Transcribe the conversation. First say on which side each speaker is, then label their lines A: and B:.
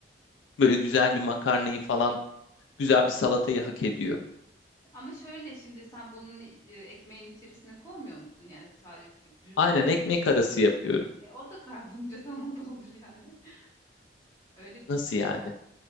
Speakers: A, on the left (about 80°); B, on the left (about 15°).
A: böyle güzel bir makarnayı falan, güzel bir salatayı hak ediyor.
B: Ama şöyle şimdi sen bunun e, ekmeğin içerisine koymuyor musun? Yani sadece düz
A: Aynen ekmek arası yapıyorum.
B: e, o da karbonhidrat <laughs> ona da olur yani. <laughs> Öyle düşündüm
A: Nasıl yani?
B: yani.